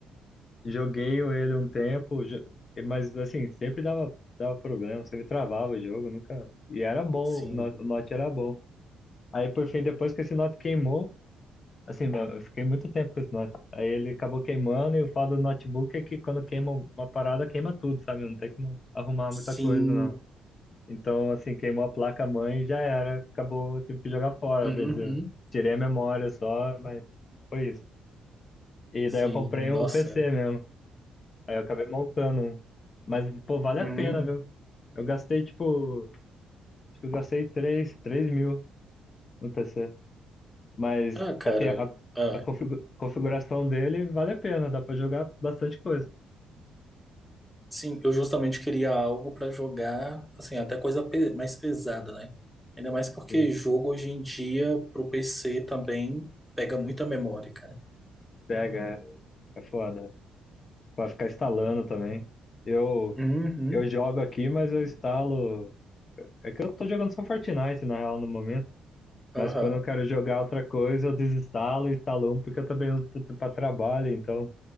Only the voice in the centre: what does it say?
sim.
Sim.
Uhum,
sim,
nossa.
Hum.
Ah, cara.
Ah,
Sim, eu justamente queria algo para jogar, assim, até coisa pe- mais pesada, né? Ainda mais porque
jogo hoje em dia pro PC também pega muita memória, cara.
Uhum.
Aham.